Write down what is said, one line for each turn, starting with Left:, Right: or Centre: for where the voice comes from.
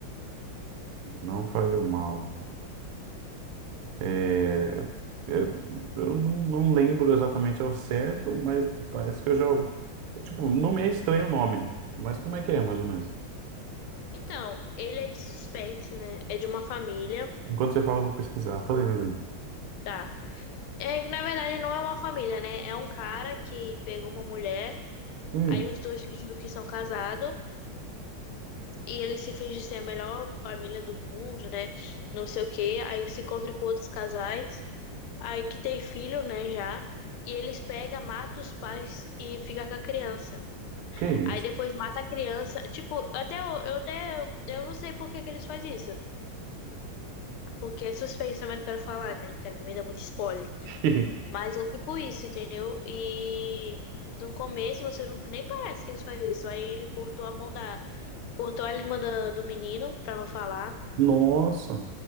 Right: não fale o mal. É, é, eu não, não lembro exatamente ao certo, mas parece que eu já. Tipo, não me é estranho o nome, mas como é que é, mais ou menos?
Left: Então, ele é de suspense, né? É de uma família,
Right: Enquanto você fala, eu vou pesquisar. Falei, meu bem.
Left: tá? É, na verdade, não é uma família, né? É um cara que pegou uma mulher.
Right: Hum,
Left: Aí os dois fingem que são casados e eles se fingem ser a melhor família do mundo, né? Não sei o quê. Aí se encontra com outros casais, aí que tem filho, né, já. E eles pegam, matam os pais e fica com a criança.
Right: que isso?
Left: Aí depois mata a criança. Tipo, até eu, eu até eu não sei por que que eles fazem isso. Porque é suspense também não quero falar, né? Não quero também dar muito spoiler.
Right: <laughs>
Left: Mas é tipo isso, entendeu? E no começo você não, nem parece que eles fazem isso. Aí ele cortou a mão da Cortou a língua da- do menino pra não falar.
Right: Nossa,